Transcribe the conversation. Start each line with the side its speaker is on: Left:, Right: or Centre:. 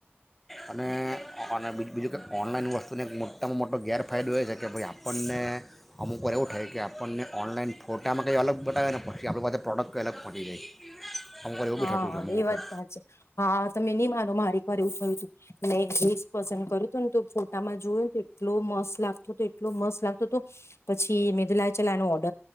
Centre: અને અને અ બ બ કે ઓનલાન વસ્તુ આપને એક મોટામાં મોટો ગેરફાયદો એ છે કે ભાઈ આપણને અમુક વાર એવું થાય કે આપણને ઓનલાઈન ફોટામાં કંઈ અલગ બતાવે ને પછી આપણી પાસે પ્રોડક્ટ કંઈ અલગ પટી જાય અમુક વાર એવું
Left: હા
Centre: બી થતું છે અમુક
Left: એ
Centre: વખત
Left: વાત વાત છે હા તમે નહી મારો મારે એક વાર એવું થયું તું મે ડ્રેસ પસંદ કર્યું હતું ને તો ફોટામાં જોયું એટલો મસ્ત લાગતો હતો એટલો મસ્ત લાગતો હતો પછી મેદલા ચલાનો ઓડ